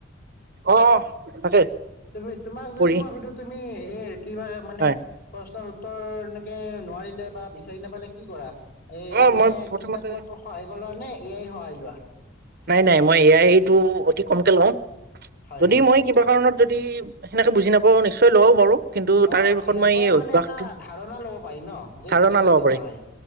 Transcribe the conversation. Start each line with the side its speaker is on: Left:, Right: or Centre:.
Right: অ' তাকে।
Left: তুমি তোমাক যদি
Right: পৰি
Left: মই সুধো তুমি এ কিবা মানে
Right: হয়।
Left: প্ৰশ্ন উত্তৰ ৰ এনেকৈ নোৱাৰিলে বা বিচাৰি নাপালে কি কৰা। এ
Right: অ
Left: মানে
Right: মই প্ৰথমতে
Left: কিতাপৰ পৰা সহায় কৰ লোৱা নে এ আইৰ সহায় লোৱা।
Right: নাই, নাই মই এয়াই সেটো অতি কমকে লও,
Left: হয়
Right: যদি
Left: হয়
Right: মই কিবা কাৰণত যদি সেনেকে বুজি নাপাও নিশ্চয় লও বাৰু কিন্তু
Left: অ
Right: তাৰেশেষত
Left: অ এ আইৰ
Right: মই
Left: পৰা
Right: এই
Left: মানে
Right: অভ্যাসটো
Left: এটা ধাৰণা ল'ব পাৰি ন যে
Right: ধাৰণা
Left: এনেকুৱা
Right: ল'ব
Left: এনেকুৱা
Right: পাৰিম।
Left: হয়